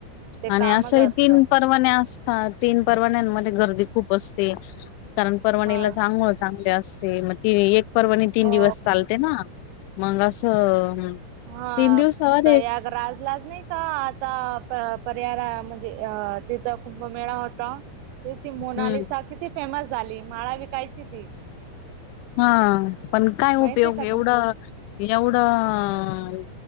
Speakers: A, on the right; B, on the left.
A: ते
B: आणि
A: कामच
B: असंही
A: असत
B: तीन परवान असतात तीन परवान्यांमध्ये गर्दी खूप असते कारण परवाणीला
A: मग
B: चांगळ चांगले असते मग ती एक परवाणी तीन
A: हो
B: दिवस चालते ना मंग असं
A: हा
B: तीन दिवसावर
A: प्रयाग
B: एक
A: राजलाच नाही का आता त्यारा म्हणजे अ तिथ कुंभमेळा होता ती मोनालीसा
B: हम्म
A: किती फेमस झाली माळा विकायची ती
B: हा पण काय
A: माहित
B: उपयोग
A: आहे का
B: एवढं
A: तुम्हाला
B: एवढं